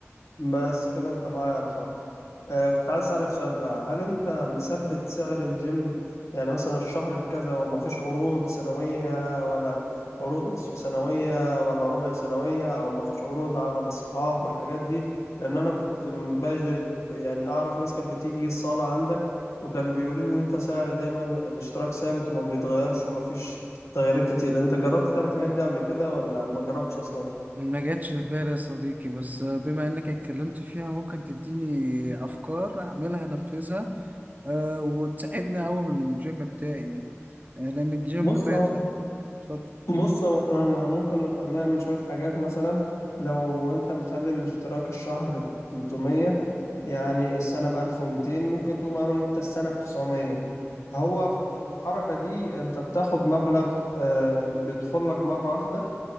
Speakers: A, on the left; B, on the right.
A: بس كده انت معايا على الخط آه كنت عايز اسألك سؤال بقى هل انت مثبت سعر الجيم يعني مثلا الشهر بكذا وما فيش عروض سنوية ولا عروض نصف سنوية ولا ربع سنوية او ما فيش عروض على الصحاب والحاجات دي لان انا كنت م- باجي ب- يعني اعرف ناس كانت بتيجي الصالة عندك وكان بيقولوا لي ان انت سعر دايما الاشتراك ثابت وما بيتغيرش وما فيش تغييرات كتير انت جربت تعمل الحاجات دي قبل كده ولا ما جربتش اصلا
B: ما جاتش في بالي يا صديقي بس بما انك اتكلمت فيها ممكن تديني افكار اعملها انفذها أه وتساعدني اقوم الجيم بتاعي يعني آه، لان الجيم
A: بص
B: مات
A: هو
B: اتفضل
A: بص هو احنا ن- ممكن نق- نعمل شوية حاجات مثلا لو انت مخلي الاشتراك الشهر ب 300 يعني السنة ب 1200 ممكن تقوم عامل انت السنة ب 900 هو في الحركة دي انت بتاخد مبلغ آه، بيدخل لك مرة واحدة